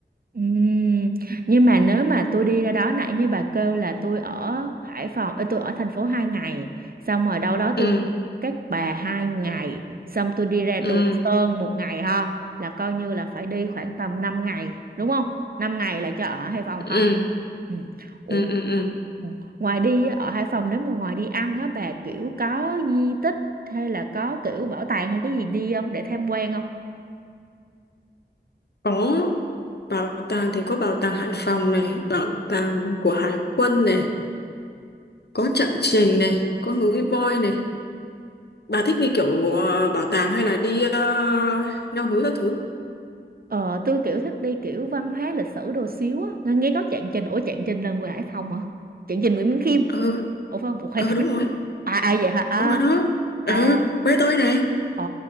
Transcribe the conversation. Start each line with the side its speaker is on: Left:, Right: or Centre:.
Right: Ừm, Nhưng mà nếu mà tôi đi ra đó nãy như bà kêu là tôi ở Hải Phòng, ờ, tôi ở thành phố 2 ngày, xong rồi đâu đó
Left: ừ
Right: tôi ra Cát Bà 2 ngày, xong tôi đi ra Đồ
Left: ừ
Right: Sơn một ngày ha, là coi như là phải đi khoảng tầm 5 ngày, đúng không? năm ngày là cho ở Hải Phòng không?
Left: ừ
Right: Ừ. Ủa,
Left: ừ ừ ừ
Right: ừ. Ngoài đi ở Hải Phòng nếu mà ngoài đi ăn á bà kiểu có di tích hay là có kiểu bảo tàng hay cái gì đi không để tham quan không?
Left: có bảo tàng thì có bảo tàng Hải Phòng này bảo tàng của Hải quân này có Chặng Trình này có núi voi này bà thích đi kiểu ờ, bảo tàng hay là đi ờ, leo núi các thứ
Right: Ờ, tôi kiểu thích đi kiểu văn hóa lịch sử đồ xíu á. Nghe nghe có Trạng Trình, ủa Trạng Trình là người Hải Phòng hả? Trạng Trình Nguyễn Minh Khiêm.
Left: ừ
Right: Ủa phải không? Ủa, khoan.
Left: ừ
Right: <laughs>
Left: đúng rồi
Right: À, à vậy hả? À,
Left: đúng rồi đó ừ
Right: à.
Left: quê tôi này
Right: Ồ,